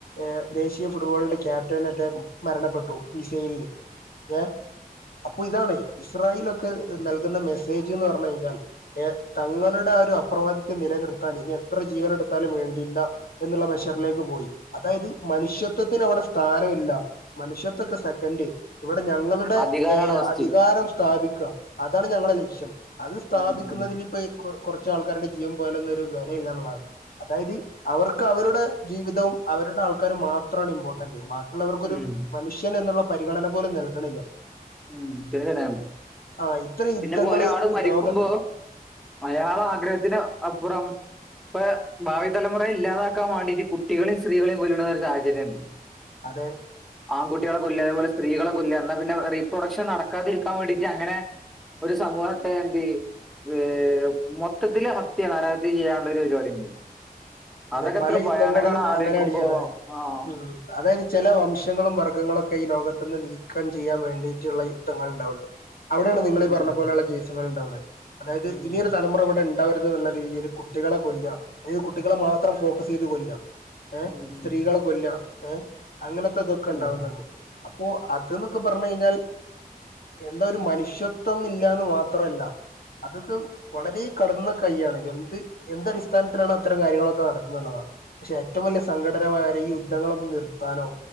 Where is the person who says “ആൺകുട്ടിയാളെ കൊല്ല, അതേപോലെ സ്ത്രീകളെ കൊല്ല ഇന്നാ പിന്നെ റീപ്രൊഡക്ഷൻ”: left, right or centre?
Centre